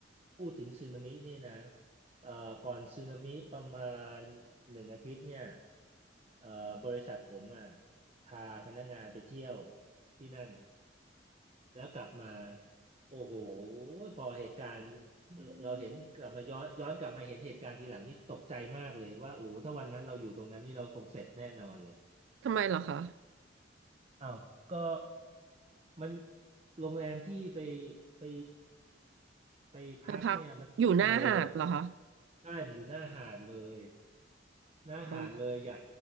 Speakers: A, on the right; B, on the right.
A: พูดถึงสึนามินี่นะเอ่อก่อนสึนามิประมาณหนึ่งอาทิตย์เนี่ยเอ่อบริษัทผมอ่ะพาพนักงานไปเที่ยวที่นั่น แล้วกลับมาโอ้โหพอเหตุการณ์เออเราเห็นกลับมาย้อนย้อนกลับมาเห็นเหตุการณ์ทีหลังนี่ตกใจมากเลยว่าโอ้โหถ้าวันนั้นเราอยู่ตรงนั้นนี่เราคงเสร็จแน่นอนเลย
B: ทำไมเหรอคะ
A: อ้าวก็มันโรงแรมที่ไปไปไปพักเนี่ยมันเลเลย
B: ไปพักอยู่หน้าหาดเหรอคะ
A: ได้ไปอยู่หน้าหาดเลยหน้าหาดเลยใหญ่
B: โอ้